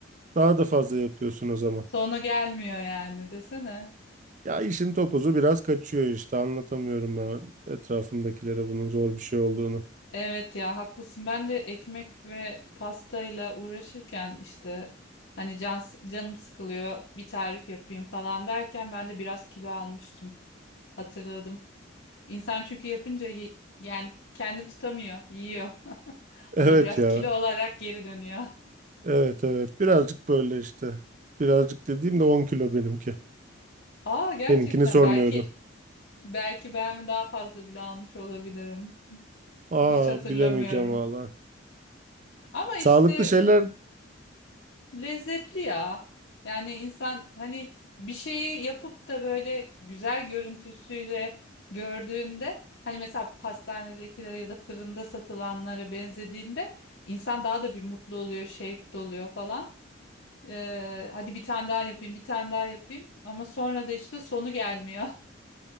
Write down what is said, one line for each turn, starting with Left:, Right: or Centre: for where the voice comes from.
Right: Daha da fazla yapıyorsun o zaman.
Left: sonu gelmiyor yani desene.
Right: Ya işin topuzu biraz kaçıyor işte anlatamıyorum ben etrafımdakilere bunun zor bir şey olduğunu.
Left: Evet ya haklısın. Ben de ekmek ve pastayla uğraşırken işte hani can, canım sıkılıyor bir tarif yapayım falan derken ben de biraz kilo almıştım. Hatırladım. İnsan çünkü yapınca ye- yani kendini tutamıyor, yiyor. <laughs>
Right: Evet
Left: O da biraz
Right: ya.
Left: kilo olarak geri dönüyor.
Right: Evet evet. Birazcık böyle işte. Birazcık dediğim de 10 kilo benimki.
Left: <laughs> Aa gerçekten
Right: Seninkini sormuyorum.
Left: belki belki ben daha fazla bile almış olabilirim.
Right: Aa
Left: Hiç hatırlamıyorum.
Right: bilemeyeceğim valla.
Left: Ama
Right: Sağlıklı
Left: işte
Right: şeyler
Left: lezzetli ya. Yani insan hani bir şeyi yapıp da böyle güzel görüntüsüyle gördüğünde hani mesela pastanedekilere ya da fırında satılanlara benzediğinde insan daha da bir mutlu oluyor, şevk doluyor falan. Ee, hadi bir tane daha yapayım, bir tane daha yapayım. Ama sonra da işte sonu gelmiyor.